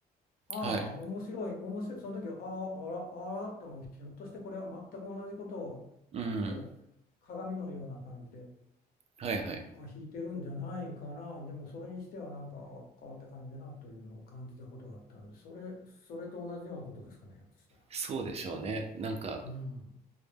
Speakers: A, on the left; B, on the right.
A: ああ面白い面白いその時はあああらあらともひょっとしてこれは全く同じことをこう鏡のような感じで
B: はい、うん、はい、はい。
A: あ弾いてるんじゃないかなでもそれにしてはなんかあ変わった感じだなというのを感じたことがあったのでそれそれと同じようなことですかねひょっとしたら。
B: そうでしょうね。なんか、
A: うん。